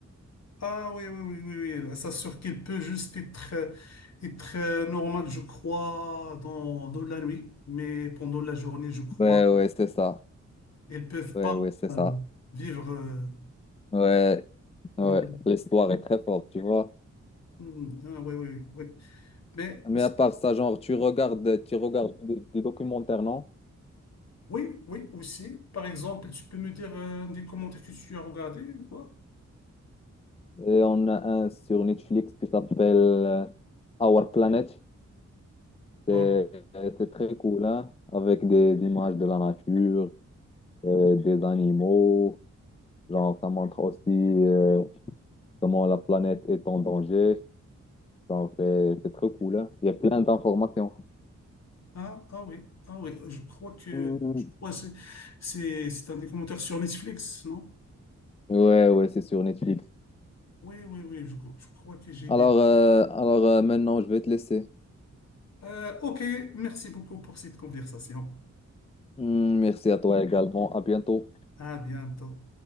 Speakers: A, on the left; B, on the left.
A: Ah oui, oui, oui, oui, oui. Ça sûr qu'il peut juste être, euh, être euh, normal, je crois, dans, dans la nuit. Mais pendant la journée, je crois,
B: Ouais, ouais, c'est ça.
A: ils peuvent
B: Ouais,
A: pas
B: ouais, c'est
A: euh,
B: ça.
A: vivre euh,
B: Ouais,
A: dans
B: ouais,
A: la nuit.
B: l'histoire est très forte, tu vois.
A: Hmm, ah oui, oui, oui. Mais
B: Mais
A: aussi,
B: à part ça, genre, tu regardes, tu regardes des, des documentaires, non?
A: oui, oui, aussi. Par exemple, tu peux me dire euh, des commentaires que tu as regardés, toi?
B: Et on a un sur Netflix qui s'appelle euh, Our Planet.
A: Par-
B: C'est c'est très cool, hein? Avec des, images de la nature, euh, des animaux. Genre, ça montre aussi euh, comment la planète est en danger. Genre, c'est c'est très cool, hein? Il y a plein d'informations.
A: Ah, ah oui, ah oui, je crois que
B: Mhm.
A: je crois que c'est c'est c'est un des commentaires sur Netflix, non?
B: Ouais, ouais, c'est sur Netflix.
A: Oui, oui, oui, je, crois- je crois que j'ai
B: Alors,
A: des.
B: euh, alors euh, maintenant, je vais te laisser.
A: Euh, ok, merci beaucoup pour cette conversation.
B: Hmm, Merci à toi également. À bientôt.
A: À bientôt.